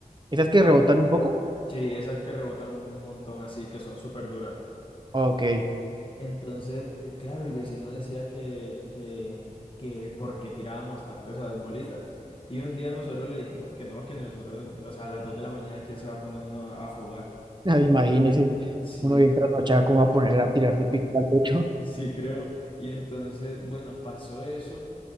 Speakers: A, on the right; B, on the left.
A: ¿Esas que rebotan un poco?
B: Sí, esas que rebotan un montón así, que son súper duras.
A: Ok. <laughs>
B: Entonces, eh, claro, el vecino decía que, que, que por qué tirábamos tanto esas bolitas. Y un día nosotros le dijimos que no, que nosotros, o sea, a las 2 de la mañana, ¿quién se va a poner uno a jugar?
A: Imagínese,
B: Sí,
A: uno bien trasnochado, ¿cómo va a poner a tirarse pique al techo?
B: sí creo. Y entonces, bueno, pasó eso